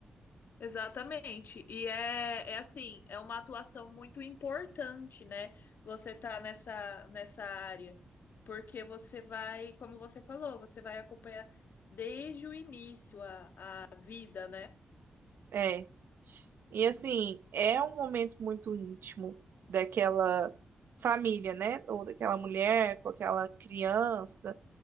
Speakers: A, on the left; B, on the right.
A: exatamente. E é, é assim, é uma atuação muito importante, né? Você tá nessa, nessa área. Porque você vai, como você falou, você vai acompanhar desde o início a, a vida, né?
B: É. E assim, é um momento muito íntimo daquela família, né? Ou daquela mulher com aquela criança.